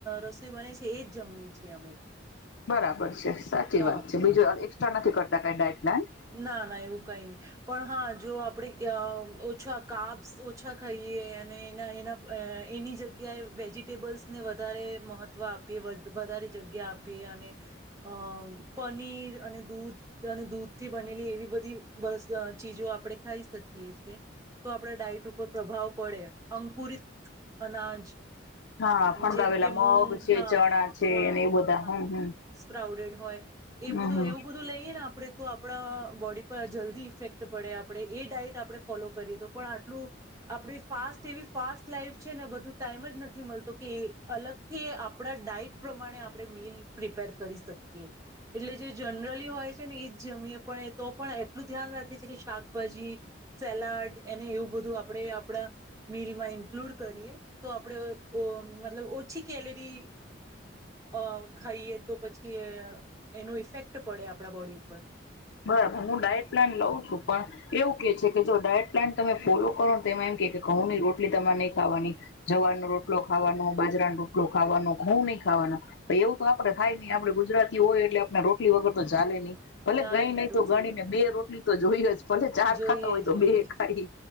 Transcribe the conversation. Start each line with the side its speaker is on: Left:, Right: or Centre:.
Right: રસોઈ બને છે એ જ જમીએ છીએ અમે.
Left: બરાબર છે સાચી
Right: હા
Left: વાત છે બીજું એકસ્ટ્રા નથી કરતા કઈ ડાયટ પ્લાન
Right: ના ના એવું કઈ નઈ પણ હા જો આપડી ઓછા કાપ્સ ઓછા ખાઈએ અને એના એના એની જગ્યાએ વેજીિટેબલ્સને વધારે મહત્ત્વ આપીએ વધારે જગ્યા આપીએ અને અ પનીર અને દૂધ અને દૂધ થી બનેલી એવી બધી <unintelligible> ચીજો આપડે ખાઈ શકીએ છે. તો આપડે ડાઇટ ઉપર પ્રભાવ પડે અંકુરિત અનાજ
Left: હા ફણગાવેલા
Right: જેમ કે મૂગ
Left: મગ છે
Right: હા
Left: ચણા છે
Right: હા
Left: અને એ બધા
Right: હ
Left: હમ હમ
Right: સ્પ્રાઉડેડ હોય એ
Left: હમ
Right: બધું
Left: હમ
Right: એવું બધું લઈએ ને આ તો આપડા બોડી પર જલ્દી ઇફેક્ટ પડે આપડે એ ડાઇટ આપડે ફોલો કરીએ તો પણ આટલું આપદી ફાસ્ટ એવી ફાસ્ટ લાઈફ છે ને બધું ટાઈમ જ નથી મળતો કે અલગથી આપડા ડાઈટ પ્રમાણે આપડે મીલ પ્રિપેર કરી શકીએ, એટલે જે જનરલી હોય છે ને એ. જમીએ પણ એ તો પણ એટલું ધ્યાન રાખી છે, કે શાકભાજી સેલાડ એને એવું બધું આપડે આપડા મીલમાં ઇન્કલુડ કરીએ તો આપડે ઓ મતલબ ઓછી કેલરી અ ખાઈએ તો પછી એનો ઇફેક્ટ પડે આપડા બોડી ઉપર.
Left: બરાબર હું ડાયટ પ્લાન લઉં છું પણ એવું કે છે કે, જો ડાયટ પ્લાન તમે ફોલો કરો ને તેમાં એમ કે ઘઉં ની રોટલી તમારે નહી ખાવાની જવારનો રોટલો ખાવાનો, બાજરાનો રોટલો ખાવાનો ઘઉં નઈ ખાવાના. એવું તો આપડે ખાય નઈ આપડે ગુજરાત થી હોય એટલે આપણે રોટલી વગર તો ચાલે ની.
Right: ચાલે
Left: ગઈ નહી
Right: રોટલી
Left: તો ગણી
Right: વગર
Left: ને બે રોટલી તો હોય જ. ભલે ચાર
Right: જોઈએ
Left: ખાતા હોય તો
Right: જોઈએ
Left: બે ખાઈ